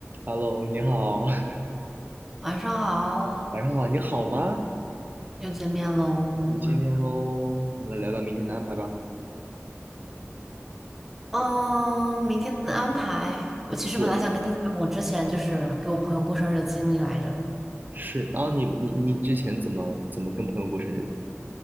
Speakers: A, on the right; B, in the centre.
A: Hello，你好，<laughs>
B: 晚上好，
A: 晚上好，你好吗？
B: 又见面喽。
A: 又见面喽，我们来聊聊明天的安排吧。
B: 嗯，明天的安排，我其实本来想跟你讲，
A: 对，
B: 我之前就是给我朋友过生日的经历来着。
A: 是啊，你你你之前怎么怎么跟朋友过生日的？